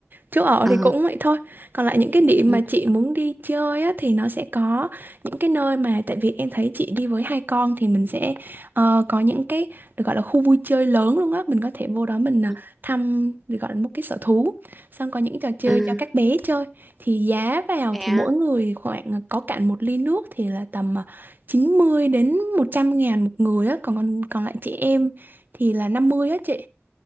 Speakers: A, on the right; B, in the centre.
A: Chỗ ở
B: ờ
A: thì cũng vậy thôi. Còn lại những cái điểm
B: ừ
A: mà chị muốn đi chơi á, thì nó sẽ có những cái nơi mà tại vì em thấy chị đi với hai con thì mình sẽ ờ, có những cái được gọi là khu vui chơi lớn luôn á. Mình có thể vô đó mình à,
B: ừ
A: thăm được gọi là một cái sở thú. Xong có những trò chơi
B: ừ
A: cho các bé chơi. Thì giá vào
B: thế
A: thì
B: à.
A: mỗi người khoảng à, có cạn một ly nước thì là tầm à, chín mươi đến một trăm ngàn một người á. Còn còn còn lại chị em thì là 50 á chị.